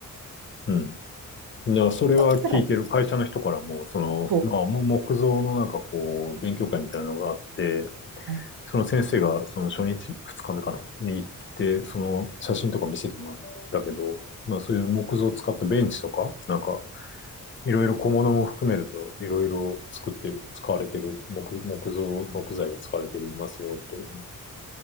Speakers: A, on the left; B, on the right.
A: うん。いや、それは聞いてる。
B: いや、こちらも
A: 会社の人からも、その、
B: そ
A: まあ、もう木造のなんかこう、勉強会みたいなのがあって、
B: う。
A: その先生がその初日、二日目かなに行って、その写真とか見せてもらったけど、まあそういう木造を使ったベンチとか、なんかいろいろ小物も含めるといろいろ作ってる、使われてる木、木造、木材が使われてるますよという。